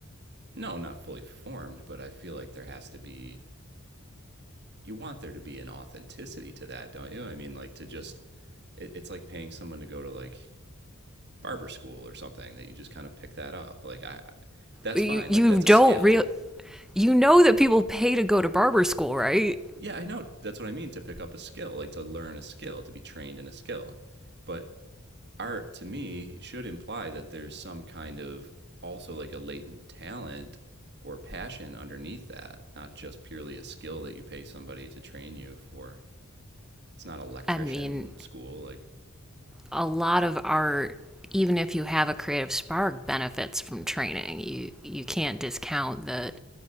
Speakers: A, on the right; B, in the centre.
A: no, not fully formed, but I feel like there has to be, you want there to be an authenticity to that, don't you? I mean, like to just, it, it's like paying someone to go to like barber school or something that you just kind of pick that up. Like, I, that's
B: You,
A: fine.
B: you
A: Like, that's
B: don't
A: a skill.
B: real.
A: Like,
B: You know that people pay to go to barber school, right?
A: yeah, I know. That's what I mean to pick up a skill, like to learn a skill, to be trained in a skill. But art to me should imply that there's some kind of also like a latent talent or passion underneath that, not just purely a skill that you pay somebody to train you for. It's not electrician
B: I mean,
A: school like
B: a lot of art, even if you have a creative spark, benefits from training. You you can't discount that